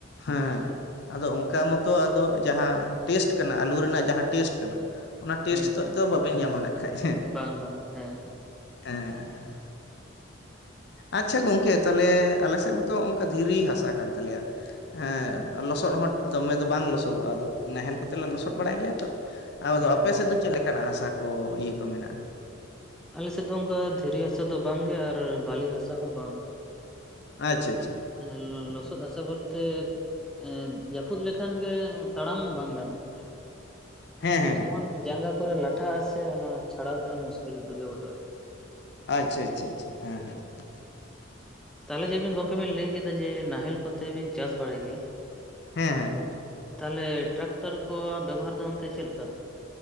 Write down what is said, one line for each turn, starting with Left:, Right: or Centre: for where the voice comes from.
Left: ᱦᱮᱸ ᱟᱫᱚ ᱚᱱᱠᱟ ᱢᱚ ᱛᱚ ᱟᱫᱚ ᱡᱟᱦᱟᱸ ᱴᱮᱥᱴ ᱠᱟᱱᱟ ᱟᱹᱞᱩ ᱨᱮᱱᱟᱜ ᱡᱟᱦᱟᱸ ᱴᱮᱥᱴ ᱠᱟᱱᱟ᱾ ᱚᱱᱟ ᱴᱮᱥᱴ
Centre: ᱦᱩᱸ
Left: ᱛᱮᱫ ᱫᱚ ᱵᱟᱹᱵᱤᱱ ᱧᱟᱢᱟ ᱱᱟᱜ ᱠᱷᱟᱡ ᱦᱮᱸ
Centre: ᱵᱟᱝ ᱵᱟᱝ ᱦᱮᱸ ᱦᱮᱸ
Left: ᱦᱮᱸ ᱦᱮᱸ᱾ ᱟᱪᱪᱷᱟ ᱜᱚᱝᱠᱮ ᱛᱟᱦᱞᱮ ᱟᱞᱮ ᱥᱮᱫ ᱢᱟᱛᱚ ᱦᱚᱸᱜ ᱱᱚᱝᱠᱟ ᱫᱷᱤᱨᱤ ᱦᱟᱸᱥᱟ ᱠᱟᱱ ᱛᱟᱞᱮᱭᱟ᱾ ᱦᱮᱸ ᱞᱚᱥᱚᱫ ᱦᱚᱸ ᱫᱚᱢᱮ ᱵᱟᱝ ᱞᱚᱥᱚᱫᱚᱜᱼᱟ ᱟᱫᱚ ᱱᱟᱦᱮᱞ ᱠᱚᱛᱮᱞᱮ ᱞᱚᱥᱚᱫ ᱵᱟᱲᱟᱭ ᱜᱮᱭᱟ ᱛᱚ ᱟᱫᱚ
Centre: ᱦᱩᱸ
Left: ᱟᱯᱮ
Centre: ᱦᱩᱸ
Left: ᱥᱮᱫ ᱫᱚ ᱪᱮᱫ ᱞᱮᱠᱟᱱᱟᱜ ᱦᱟᱸᱥᱟ ᱠᱚ ᱤᱭᱟᱹ ᱠᱚ ᱢᱮᱱᱟᱜᱼᱟ᱾
Centre: ᱟᱞᱮᱥᱮᱫ ᱫᱚ ᱚᱱᱠᱟ ᱫᱷᱤᱨᱤ ᱦᱟᱸᱥᱟ ᱫᱚ ᱵᱟᱝᱜᱮ ᱟᱨ ᱵᱟᱹᱞᱤ ᱦᱟᱸᱥᱟ ᱦᱚᱸ ᱵᱟᱝ᱾
Left: ᱟᱪᱪᱷᱟ ᱟᱪᱪᱷᱟ᱾
Centre: ᱮᱸ ᱞᱚᱻᱚ ᱞᱚᱥᱚᱫ ᱦᱟᱸᱥᱟ ᱵᱚᱞᱛᱮ ᱮᱸ ᱡᱟᱹᱯᱩᱫ ᱞᱮᱠᱷᱟᱱ ᱜᱮ ᱛᱟᱲᱟᱢ ᱵᱟᱝ ᱜᱟᱱᱚᱜᱼᱟ᱾
Left: ᱦᱮᱸ ᱦᱮᱸ
Centre: ᱮᱢᱚᱱ
Left: ᱦᱮᱸ
Centre: ᱡᱟᱸᱜᱟ ᱠᱚᱨᱮ ᱞᱟᱴᱷᱟᱜ ᱟᱥᱮ ᱚᱱᱟ ᱪᱷᱟᱲᱟᱣ ᱛᱮᱦᱚᱸ ᱢᱩᱥᱠᱤᱞ ᱵᱩᱡᱷᱟᱹᱣ ᱜᱚᱫᱚᱜᱼᱟ᱾
Left: ᱟᱪᱪᱷᱟ ᱟᱪᱪᱷᱟ ᱟᱪᱪᱷᱟ ᱦᱮᱸ ᱦᱮᱸ᱾
Centre: ᱛᱟᱦᱞᱮ ᱡᱮ ᱵᱤᱱ ᱜᱚᱝᱠᱮ ᱵᱤᱱ ᱞᱟᱹᱭ ᱠᱮᱫᱟ ᱡᱮ ᱱᱟᱦᱮᱞ ᱠᱚᱛᱮ ᱵᱤᱱ ᱪᱟᱥ ᱵᱟᱲᱟᱭ ᱜᱮᱭᱟ᱾
Left: ᱦᱮᱸ ᱦᱮᱸ
Centre: ᱛᱟᱦᱞᱮ ᱴᱨᱟᱠᱴᱟᱨ ᱠᱚᱣᱟᱜ ᱵᱮᱵᱚᱦᱟᱨ ᱫᱚ ᱚᱱᱛᱮ ᱪᱮᱫ ᱞᱮᱠᱟ?